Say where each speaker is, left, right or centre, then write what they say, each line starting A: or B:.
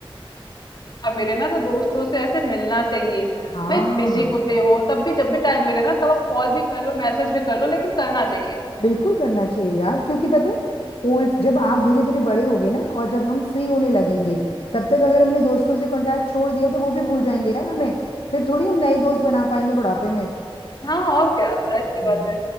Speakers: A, on the left; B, on the left.
A: आप मिले ना तो दोस्तों से ऐसे मिलना चाहिए
B: हाँ
A: भाई बिजी होते हो तब भी जब भी टाइम मिले ना तब आप कॉल भी कर लो मैसेज भी कर लो लेकिन करना चाहिए
B: बिल्कुल करना चाहिए यार क्योंकि पता है ओल्ड जब आप धीरे धीरे बड़े होगे ना और जब हम फ्री होने लगेंगे तब तक अगर हमने दोस्तों से कांटेक्ट छोड़ दिया तो वो भी भूल जाएंगे
A: हम्म
B: यार हमें फिर थोड़ी हम नए दोस्त बना पाएंगे बुढ़ापे में
A: हाँ और क्या जाहिर सी
B: हम्म,
A: बात है